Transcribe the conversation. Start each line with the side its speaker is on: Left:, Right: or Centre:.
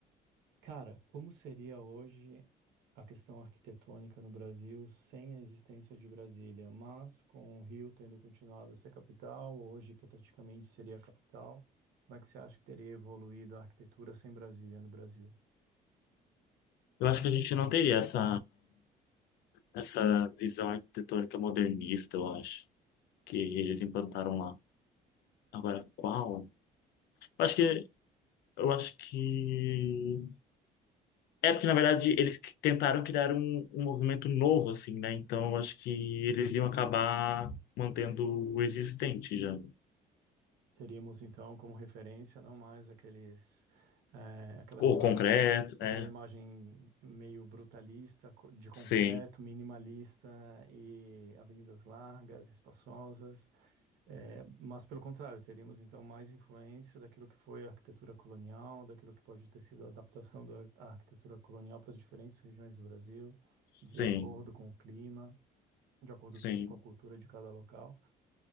Right: Cara, como seria hoje a questão arquitetônica no Brasil sem a existência de Brasília, mas com o Rio tendo continuado a ser capital, hoje hipoteticamente seria a capital. Como é que você acha que teria evoluído a arquitetura sem Brasília no Brasil?
Left: eu acho que a gente não teria essa, essa visão arquitetônica modernista, eu acho, que eles implantaram lá. Agora, qual? Eu acho que, eu acho que... É porque, na verdade, eles que- tentaram criar um, um movimento novo, assim, né? Então, eu acho que eles iam acabar mantendo o existente já.
Right: Teríamos então como referência não mais aqueles, eh, aquelas
Left: Ou
Right: ima
Left: concreto,
Right: aquela
Left: é.
Right: imagem meio brutalista, co- de concreto,
Left: Sim,
Right: minimalista e avenidas largas, espaçosas, eh, mas pelo contrário, teríamos então mais influência daquilo que foi a arquitetura colonial, daquilo que pode ter sido a adaptação da arquitetura colonial para as diferentes regiões do Brasil,
Left: sim,
Right: de acordo com o clima, de acordo
Left: sim.
Right: também com a cultura de cada local.